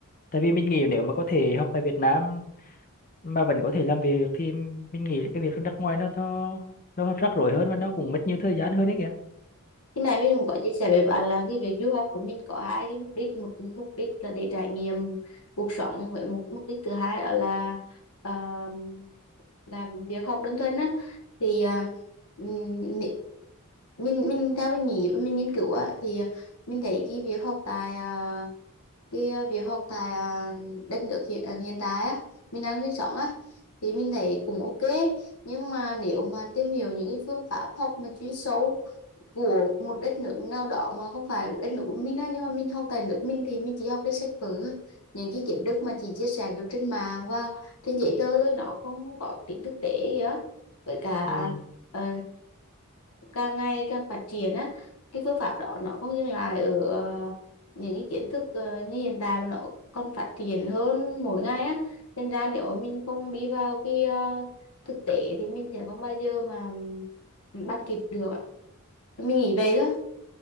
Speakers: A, on the left; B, on the left.
A: tại vì mình nghĩ nếu mà có thể học tại Việt Nam mà vẫn có thể làm việc được thì mình nghĩ cái việc ở nước ngoài nó nó nó rắc rối hơn và nó cũng mất nhiều thời gian hơn đấy kìa.
B: Khi nãy mình cũng có chia sẻ với bạn là cái việc du học của mình có hai cái mục đích. Một mục đích là để trải nghiệm cuộc sống với một mục đích thứ hai đó là uh, là việc học đơn thuần á. Thì à, ừm, mi- mình mình theo mình nghĩ và mình nghiên cứu á thì mình thấy cái việc học tại à, cái việc học tại à, đất nước hiện, à, hiện tại á mình đang sinh sống á thì mình thấy cũng ok nhưng mà nếu mà tìm hiểu những cái phương pháp học mà chuyên sâu của một đất nước nào đó mà không phải của đất nước của mình á nhưng mà mình học tại nước mình thì mình chỉ học trên sách vở những cái kiến thức mà chị chia sẻ được trên mạng và trên giấy tờ thôi nó không có tính thực tế kìa với cả
A: ừ,
B: ờ, càng ngày càng phát triển á cái phương pháp đó nó không dừng lại ở ờ, những cái kiến thức ờ, như hiện tại mà nó còn phát triển hơn mỗi ngày á nên ra nếu mà mình không đi vào cái ờ, thực tế thì mình sẽ không bao giờ mà bắt kịp được ạ mình nghĩ vậy đó